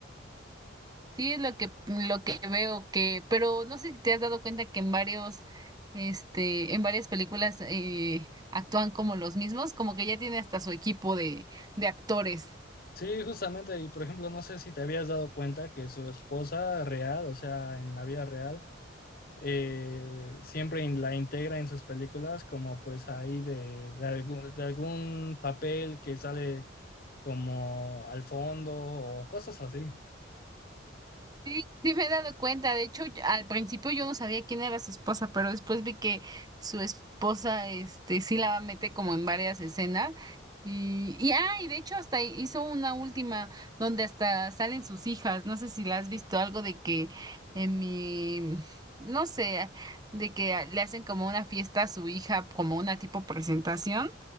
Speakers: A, on the right (about 20°); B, on the left (about 45°).
A: sí es lo que, lo que veo que, pero no sé si te has dado cuenta que en varios, este, en varias películas eh, actúan como los mismos, como que ya tiene hasta su equipo de, de actores.
B: Sí, justamente, y por ejemplo, no sé si te habías dado cuenta que su esposa real, o sea, en la vida real, eh, siempre in- la integra en sus películas como pues ahí de, de algún, de algún papel que sale como al fondo o cosas así.
A: Sí, sí me he dado cuenta. De hecho, yo- al principio yo no sabía quién era su esposa, pero después vi que su esposa, este, sí la mete como en varias escenas. Y, y, ah, y de hecho hasta hizo una última donde hasta salen sus hijas. No sé si la has visto algo de que en mi, no sé, de que le hacen como una fiesta a su hija, como una tipo presentación.